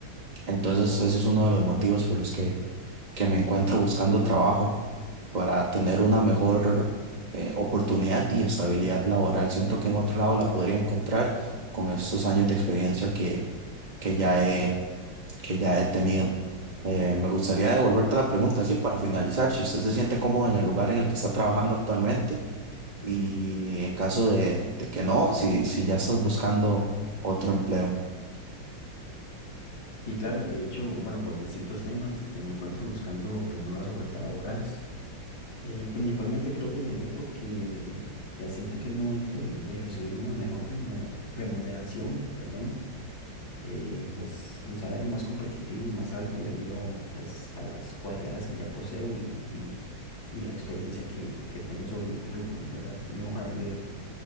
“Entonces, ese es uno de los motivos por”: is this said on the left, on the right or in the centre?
Right